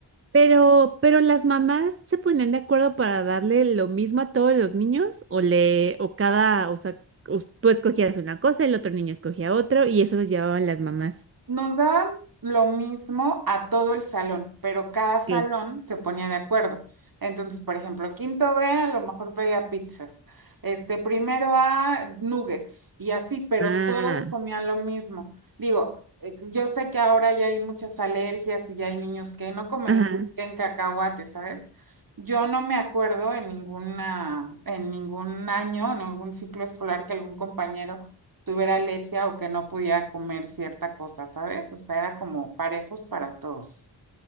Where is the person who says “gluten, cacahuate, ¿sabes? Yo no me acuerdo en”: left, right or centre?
Right